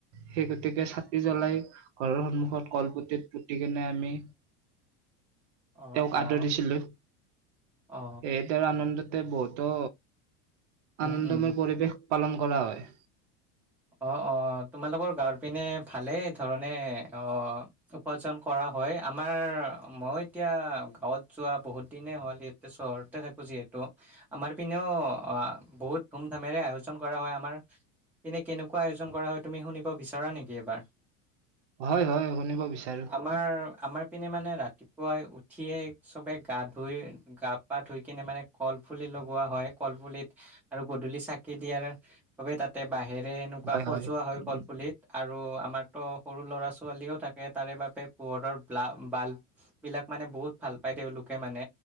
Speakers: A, on the right; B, in the centre.
A: সেই গতিকে চাকি জ্বলাই ঘৰৰ সন্মুখত কলপুতিত পুতি কিনে আমি
B: অ
A: তেওঁক
B: অ
A: আদৰিছিলো,
B: অ
A: সেয়ে তেওঁৰ আনন্দত টে বহুতো আনন্দময়
B: উম উম
A: পৰিৱেশ, পালন কৰা হয়।
B: অ-অ তোমালোকৰ গাৰ পিনে ভালেই ধৰণে অ উপাৰ্জন কৰা হয়। আমাৰ মই এতিয়া গাঁৱত যোৱা বহুত দিনেই হ'ল ইয়াতে চহৰতে থাকোঁ, যিহেতু আমাৰপিনে অ বহুত ধুমধামেৰে আয়োজন কৰা হয়। আমাৰ এনে কেনেকুৱা আয়োজন কৰা হয়। তুমি শুনিব বিচাৰা নেকি এবাৰ?
A: হয়-হয় শুনিব বিচাৰো।
B: আমাৰ আমাৰ পিনে মানে ৰাতিপুৱাই উঠিয়ে চবে গা ধুই গা পা ধুই কিনে মানে কল পুলি লগোৱা হয়, কল পুলিত আৰু গধলি চাকি দিয়াৰ বাবে তাতে বাঁহেৰে এনেকুৱা
A: হয়
B: সজোৱা হয়,
A: উম
B: কলপুলিত আৰু আমাৰতো সৰু ল'ৰা ছোৱালীও থাকে। তাৰে বাবে পোহৰৰ <unintelligible> বালবিলাক মানে বহুত ভাল পায়, তেওঁলোকে মানে